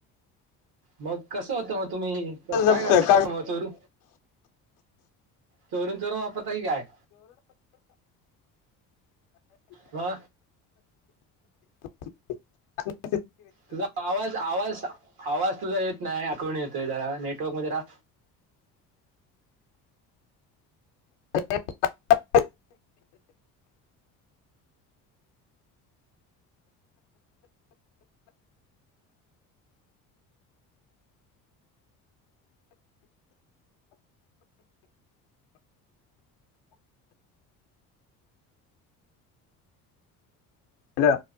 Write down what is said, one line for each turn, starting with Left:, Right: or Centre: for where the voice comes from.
Right: मग. कसं होतं मग तुम्ही
Left: जपत
Right: काय करता मग चोरू चोरण चोरून वापरताय काय. वा
Left: हो.
Right: तुझा आवाज आवाज आवाज तुझा येत नाही. कोण येतोय जरा नेटवर्क मध्येरा
Left: ते हल